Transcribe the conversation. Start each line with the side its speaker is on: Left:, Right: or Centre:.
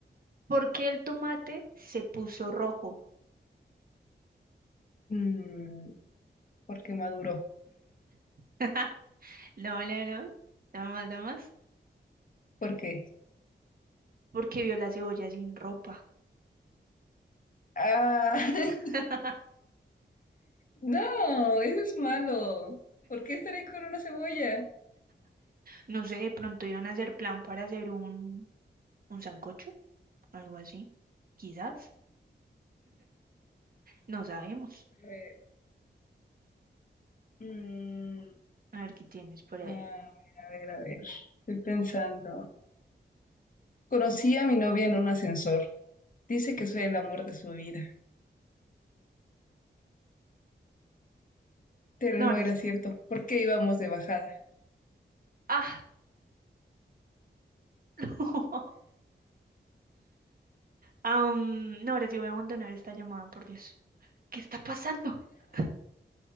Right: ¿Por qué el tomate se puso rojo?
Left: Mm, ¿por qué maduró?
Right: <laughs> No, no, no. Dame más, dame más.
Left: ¿Por qué?
Right: Porque vio la cebolla sin ropa.
Left: Ah, <laughs>
Right: <laughs>
Left: no, eso es malo. ¿Por qué estaré con una cebolla?
Right: No sé, de pronto iban a hacer plan para hacer un, un sancocho, algo así. Quizás. No sabemos.
Left: Eh, mm,
Right: A ver qué tienes por ahí.
Left: a ver, a ver, a ver. Estoy pensando. Conocí a mi novia en un ascensor. Dice que soy el amor de su vida, pero
Right: No,
Left: no
Right: ahora
Left: era
Right: sí.
Left: cierto. ¿Por qué íbamos de bajada?
Right: Ah, <laughs> am, no, ahora sí voy a abandonar esta llamada, por Dios. ¿Qué está pasando? <laughs>